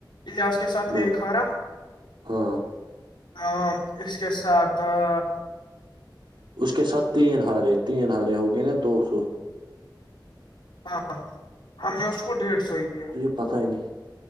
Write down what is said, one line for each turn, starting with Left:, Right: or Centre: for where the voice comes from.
Left: اجہس کے ساتھ
Right: دو
Left: ایک ہارا
Right: ہاں
Left: ا اس کے ساتھ ا
Right: اس کے ساتھ تین ہارے تین ہارے ہو گئے نا دو سو
Left: ہاں ہم نے اس کو ڈڑھ سو ہی دیا
Right: پتہ نہیں